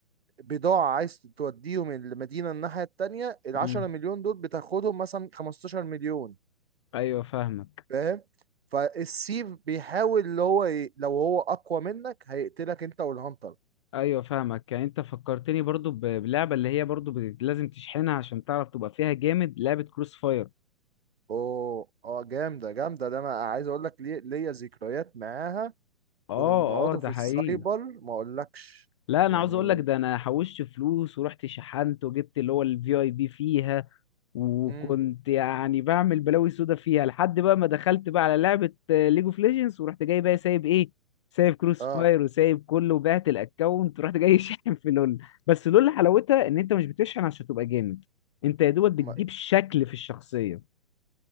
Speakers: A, on the right; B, on the left.
A: بضاعة عايز توديهم المدينة الناحية التانية العشرة
B: امم
A: مليون دول بتاخدهم مثلا خمستاشر مليون
B: ايوه فاهمك
A: فاهم فالسي بيحاول اللي هو ي... لو هو اقوى منك هيقتلك انت والهانتر
B: ايوه فاهمك يعني انت فكرتني برضو ب- بلعبة اللي هي برضو ب- لازم تشحنها عشان تعرف تبقى فيها جامد لعبة كروس فاير
A: اوه اه جامده جامده ده انا عايز اقول لك ليه ليا ذكريات معاها
B: اه
A: كنا بنقعدوا
B: اه ده
A: في السايبر
B: حقيقي
A: ما اقولكش
B: لا انا
A: يعني
B: عاوز اقول لك ده انا حوشت فلوس ورحت شحنت وجبت اللي هو الفي اي بي فيها وكنت
A: امم
B: يعني بعمل بلاوي سودا فيها لحد بقى ما دخلت بقى على لعبة ليج اوف ليجندز ورحت جاي بقى سايب ايه سايب كروس
A: اه
B: فاير وسايب كله وبعت الاكونت ورحت جاي <laughs> شاحن في لول بس لول حلاوتها ان انت مش بتشحن عشان تبقى جامد انت يا دوبك بتجيب
A: ما...
B: شكل في الشخصية